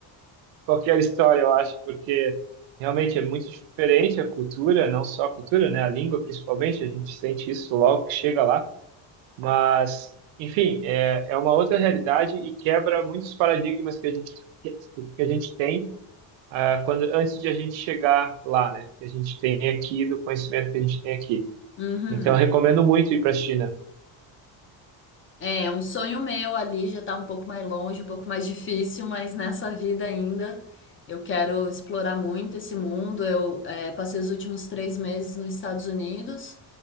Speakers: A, on the right; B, on the left.
A: qualquer história, eu acho, porque realmente é muito diferente a cultura, não só a cultura, né? A língua, principalmente, a gente sente isso logo que chega lá. Mas, enfim, é, é uma outra realidade e quebra muitos paradigmas que a gente, que a gente tem ah, quando, antes de a gente chegar lá, né? Que a gente tem aqui, do conhecimento que a gente tem aqui.
B: Uhum.
A: Então, eu recomendo muito ir para a China.
B: É, é um sonho meu ali já tá um pouco mais longe, um pouco mais difícil, mas nessa vida ainda eu quero explorar muito esse mundo. Eu, é, passei os últimos três meses nos Estados Unidos